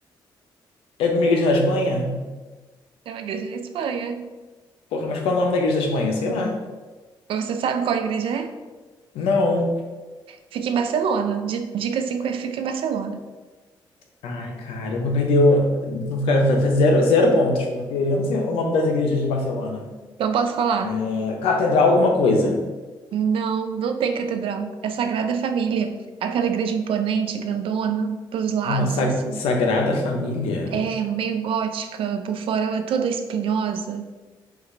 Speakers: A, on the left; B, on the right.
A: É alguma igreja na Espanha?
B: É uma igreja na Espanha.
A: Porra, mas qual é o nome da igreja da Espanha? Sei lá.
B: Mas Você sabe qual igreja é?
A: Não.
B: Fica em Barcelona. Di- Dica 5 é fica em Barcelona.
A: Ai, cara, eu vou perder. o- Vou ficar, vai fazer zero, zero pontos, porque eu não sei o nome das igrejas de Barcelona.
B: Não posso falar.
A: É, Catedral é alguma coisa.
B: Não, não tem catedral. É Sagrada Família. Aquela igreja imponente, grandona, pros lados,
A: Nossa,
B: assim.
A: Sagrada Família?
B: É meio gótica, por fora ela é toda espinhosa.